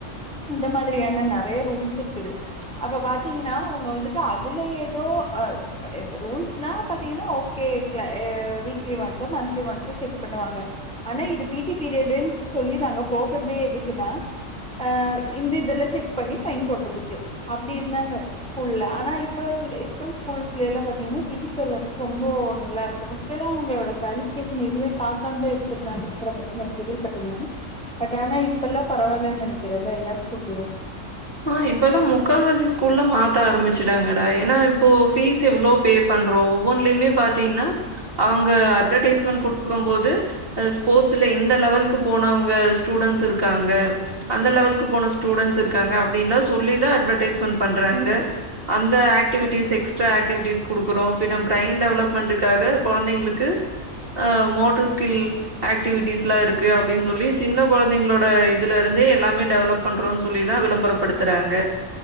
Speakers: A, in the centre; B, on the right.
A: இந்த மாதிரியான நறைய ரூல்ஸ் இருக்குது அப்ப பாத்தீங்கன்னா அவங்க வந்துட்டு அதுல ஏதோ அ ரூல்ஸ் ந பாத்தீங்கன்னா ஓகே க வீக்லி ஒன்சோ மந்த்லி ஒன்சோ செக் பண்ணுவாங்க ஆனா இது பீட்டி பீரியடுன்னு சொல்லி நாங்க போக்குறதே எதுக்குன்னா ஆ இந்த இதெல்லாம் செக் பண்ணி ஃபைன் போடுறதுக்கு அப்டி இருந்தாங்க ஸ்கூல்ல ஆனா இப்ப இருக்கிற இப்ப ஸ்கூல்ஸ்ல பாத்தீங்கன்னா பீட்டி சார் வந்துட்டு ரொம்ப நல்லா இருக்கு ஃபஸ்டுல்லா அவங்களோட க குவாலிபிகேஷன் எதுவுமே ப பாக்காம தான் எடுத்துருந்தாங்க இருக்கிற இதுல கேள்விப்பட்டிருந்தேன் பட் ஆனா இப்ப எல்லாம் பரவாயில்லன்னு நினைக்கிறேன்ல்ல எல்லா ஸ்கூல்லயும்
B: ஆ இப்பெல்லாம் முக்காவாசி ஸ்கூல்ல மாத்த ஆரம்பிச்சுட்டாங்கடா ஏன்னா இப்போ ஃபீஸ் எவ்வளோ பே பண்றோ ஒவ்வொன்லுயுமே பாத்தீங்கன்னா அவுங்க அட்வர்டைஸ்மென்ட் குடுக்கும் போது அ ஸ்போர்ட்ஸ்ல இந்த லெவல்க்கு போனவங்க ஸ்டூடென்ட்ஸ் இருக்காங்க அந்த லெவல்க்கு போன ஸ்டூடெண்ட்ஸ் இருக்காங்க அப்டீன்லா சொல்லிதா அட்வர்டைஸ்மெண்ட் பண்றாங்க அந்த ஆக்டிவிட்டிஸ் எக்ஸ்ட்ரா ஆக்டிவிட்டிஸ் குடுக்குறோ பின்ன பிரெயன் டெவலப்மெண்ட்டுக்காக கொழந்தைங்களுக்கு அ மோட்டர் ஸ்கில் ஆக்டிவிட்டிஸ்லா இருக்கு அப்டீன்னு சொல்லி சின்ன கொழந்தைங்களோட இதுல இருந்து எல்லாமே டெவலப் பண்றோம்னு சொல்லி தா விளம்பரப்படுத்துறாங்க